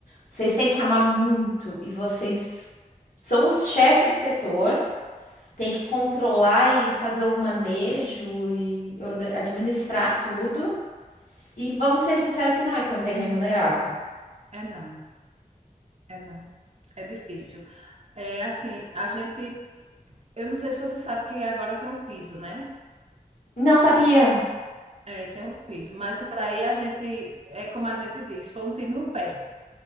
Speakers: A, on the left; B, on the right.
A: Vocês têm que amar muito e vocês são os chefes do setor, tem que controlar e fazer o manejo e orga- administrar tudo. E vamos ser sinceros que não é tão bem remunerado.
B: É não, é não. É difícil. É assim, a gente, eu não sei se você sabe que agora tem o piso, né?
A: Não sabia.
B: É, tem o piso, mas aí a gente, é como a gente diz, foi um tiro no pé,